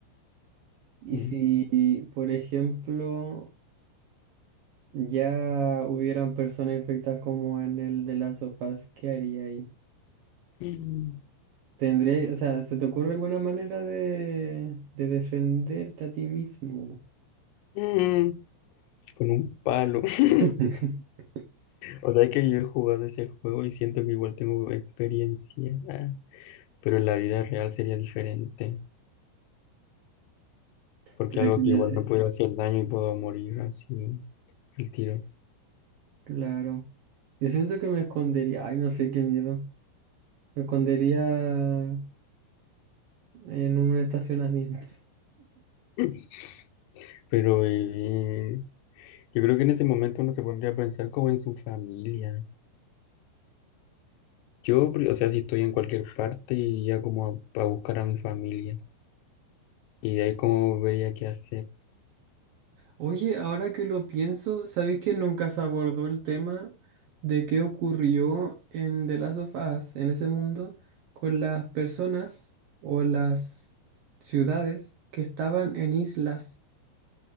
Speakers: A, on the right (about 75°); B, on the left (about 85°).
A: Y
B: mm,
A: si, por ejemplo, ya hubieran personas infectadas como en el de las sofás, ¿qué haría ahí?
B: Mm.
A: Tendría, o sea, ¿se te ocurre alguna manera de, de defenderte a ti mismo?
B: Mm. con un palo. <laughs>
A: <laughs>
B: O sea, es que yo he jugado ese juego y siento que igual tengo experiencia, ah, pero en la vida real sería diferente. porque
A: Pero
B: algo
A: es que, me-
B: que igual
A: eh,
B: me puede hacer daño y puedo morir así el tiro.
A: claro, yo siento que me escondería, ay, no sé qué miedo, me escondería en un estacionamiento. <laughs>
B: <clears throat> Pero eh, yo creo que en ese momento uno se pondría a pensar como en su familia. Yo, pri- o sea, si estoy en cualquier parte, iría como a, a buscar a mi familia. Y de ahí como vería qué hacer.
A: Oye, ahora que lo pienso, ¿sabes que nunca se abordó el tema de qué ocurrió en The Last of Us, en ese mundo, con las personas o las ciudades que estaban en islas?